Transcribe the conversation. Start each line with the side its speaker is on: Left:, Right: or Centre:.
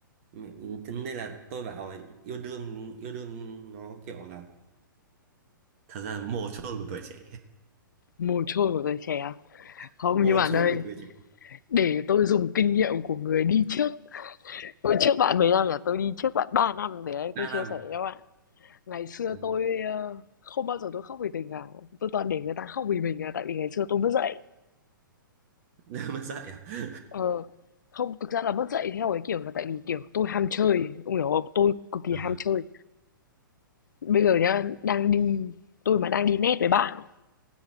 Right: m- thế nên là tôi bảo yêu đương yêu đương nó kiểu là thật ra là mồ chôn của tuổi trẻ
Left: Mồ chôn của tuổi trẻ. à?
Right: <laughs>
Left: Không,
Right: mồ
Left: nhưng mà
Right: chôn
Left: đây,
Right: của tuổi trẻ
Left: để tôi dùng kinh nghiệm của người đi trước. Tôi trước bạn
Right: <laughs>
Left: mấy năm là tôi đi trước bạn ba năm để đây
Right: ba
Left: tôi
Right: năm
Left: chia sẻ cho bạn. Ngày xưa
Right: Đấy.
Left: tôi ờ, không bao giờ tôi khóc vì tình cả. Tôi toàn để người ta khóc vì mình là tại vì ngày xưa tôi mất dạy.
Right: <laughs> mà dạy à <laughs>
Left: Ờ, không, thực ra là mất dạy theo cái kiểu là tại vì kiểu tôi ham chơi. Ông hiểu không? Tôi cực kỳ
Right: ờ
Left: ham chơi. Bây giờ nhá, đang đi tôi mà đang đi net với bạn,